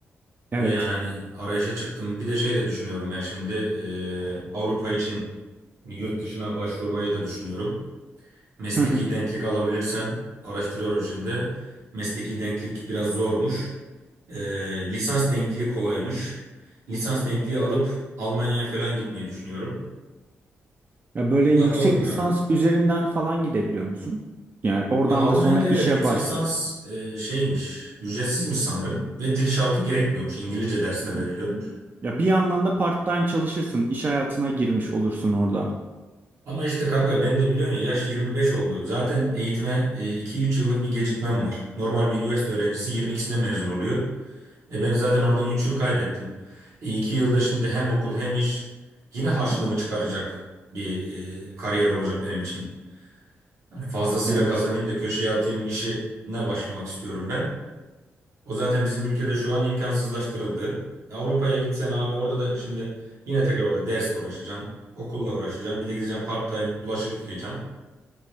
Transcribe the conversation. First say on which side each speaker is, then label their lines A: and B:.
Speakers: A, on the right; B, on the right.
A: Evet.
B: Ve yani hani arayışa çıktım. Bir de şey de düşünüyorum ben şimdi eee, Avrupa için hani yurt dışına başvurmayı da düşünüyorum. Mesleki
A: Hı hı.
B: denklik alabilirsem araştırıyorum şimdi. Mesleki denklik biraz zormuş. Eee, lisans denkliği kolaymış. Lisans denkliği alıp Almanya'ya falan gitmeyi düşünüyorum.
A: Ya böyle yüksek
B: Bakalım ya.
A: lisans üzerinden falan gidebiliyor musun? Yani oradan
B: Ya Almanya'da
A: da sonra
B: evet
A: işe
B: yüksek
A: başvurursun.
B: lisans e, şeymiş, ücretsizmiş sanırım ve dil şartı gerekmiyormuş. İngilizce dersler
A: Hı hı.
B: veriliyormuş.
A: Ya bir yandan da part-time çalışırsın, iş hayatına girmiş olursun orada.
B: Ama işte kanka ben de biliyorsun ya yaş 25 oldu. Zaten eğitime e, iki üç yıllık bir gecikmem var. Normal bir üniversite öğrencisi 22'sinde mezun oluyor. E ben zaten oradan 3 yıl kaybettim. E, 2 yılda şimdi hem okul hem iş yine harçlığımı
A: Hı hı.
B: çıkaracak bir e, kariyer olacak benim için. Hani fazlasıyla
A: Evet.
B: kazanayım da köşeye atayım işine başlamak istiyorum ben. O zaten bizim ülkede şu an imkansızlaştırıldı. Avrupa'ya gitsen abi orada da şimdi yine tekrar orada dersle uğraşacaksın. Okulla uğraşacaksın. Bir de gideceksin part time bulaşık yıkayacaksın.